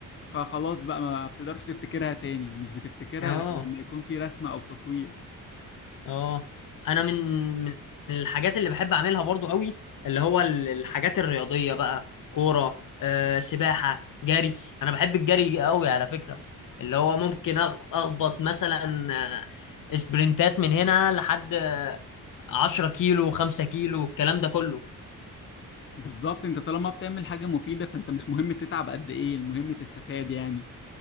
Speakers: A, on the left; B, on the left.
A: فخلاص بقى ما بتقدرش تفتكرها تاني مش بتفتكرها
B: اه
A: غير لما يكون في رسمه او تصوير
B: اه انا من من الحاجات اللي بحب اعملها برضو قوي اللي هو ال- الحاجات الرياضيه بقى كوره آه، سباحه جري انا بحب الجري قوي على فكره اللي هو ممكن أخ- اخبط مثلا آه، سبرنتات من هنا لحد آه، 10 كيلو 5 كيلو الكلام ده كله
A: بالظبط انت طالما بتعمل حاجة مفيدة فانت مش مهم تتعب قد ايه المهم تستفاد يعني